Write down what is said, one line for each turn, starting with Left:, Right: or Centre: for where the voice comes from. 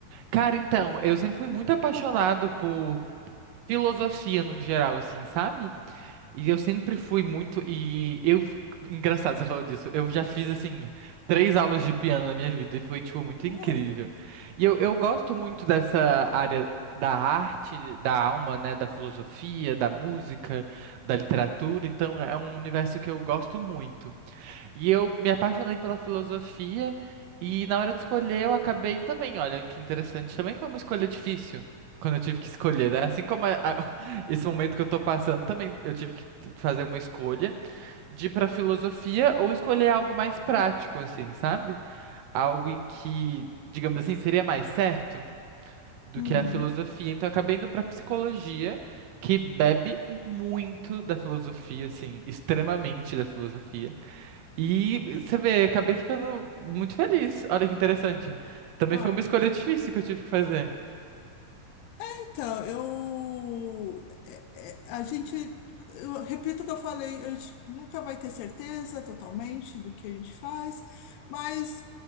Right: Cara, então, eu sempre fui muito apaixonado por filosofia no geral, assim, sabe? E eu sempre fui muito. E eu. Engraçado você falou disso. Eu já fiz, assim, três aulas de piano na minha vida e foi, tipo, muito
Left: Ah,
Right: incrível.
Left: legal.
Right: E eu, eu gosto muito dessa área da arte, da alma, né? Da filosofia, da música, da literatura. Então, é um universo que eu gosto muito. E eu me apaixonei pela filosofia e na hora de escolher eu acabei também, olha, que interessante, também foi uma escolha difícil. Quando eu tive que escolher, né? Assim como a- a- <laughs> esse momento que eu tô passando, também eu tive que t- fazer uma escolha de ir pra filosofia ou escolher algo mais prático, assim, sabe? Algo em que, digamos assim, seria mais certo do
Left: Uhum.
Right: que a filosofia. Então eu acabei indo pra psicologia, que bebe muito da filosofia, assim, extremamente da filosofia. E você vê, acabei ficando muito feliz. Olha que interessante. Também
Left: Ah,
Right: foi uma escolha difícil que eu tive que fazer.
Left: Então, eu. é- é- a gente. Eu repito o que eu falei, a gente nunca vai ter certeza totalmente do que a gente faz, mas